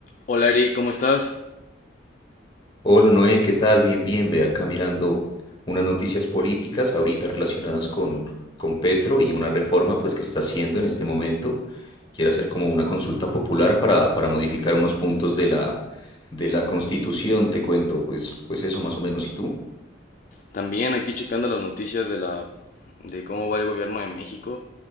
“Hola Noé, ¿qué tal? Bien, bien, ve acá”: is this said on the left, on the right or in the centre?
Left